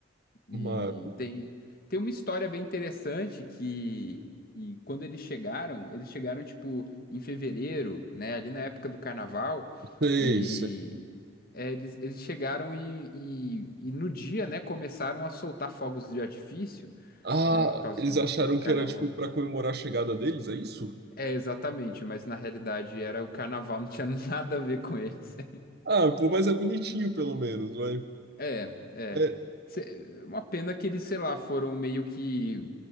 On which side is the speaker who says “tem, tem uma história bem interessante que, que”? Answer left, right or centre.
Left